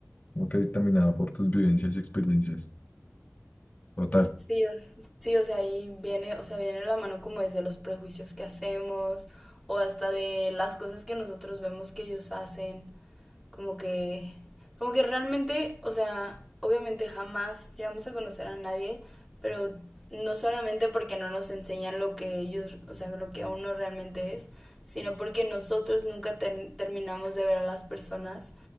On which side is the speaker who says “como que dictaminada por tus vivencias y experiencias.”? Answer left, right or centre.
Left